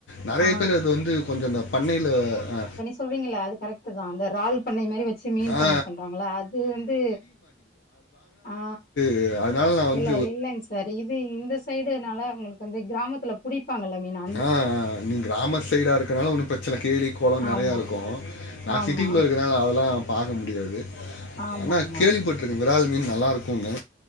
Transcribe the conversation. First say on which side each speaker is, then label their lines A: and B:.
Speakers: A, on the left (about 75°); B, on the left (about 50°).
A: நெறைய
B: ஆ
A: பேர் அது வந்து கொஞ்ச இந்த பண்ணைல அ
B: சொல்வீங்கள்ல அது கரெக்ட்டு தா அந்த ரால் பண்ணை மாரி வச் சு மீன்
A: ஆ
B: பண்ணை பண்றாங்களா அது வந்து ஆ
A: து அதுனால் நா வந்
B: ல இல்லெங் சார் இது இந்த சைடுனால உங்களுக்கு வந்து கிராமத்துல புடிப்பாங்கல்ல மீனா
A: அ அ நீ கிராமத் சைடா இருக்கறால ஒன்னு பிரச்சல்ல கேலி கொளொ நெறய
B: ஆமா
A: இருக்கு நா
B: ஆமா
A: சிட்டிக்குள்ள இருக்கனால அதெலா பாக்க முடியாது
B: ஆமா
A: ஆனா
B: ஆமா
A: கேள்விப்பட்ருக்கே விறால் மீன் நல்லாருக்குன்னு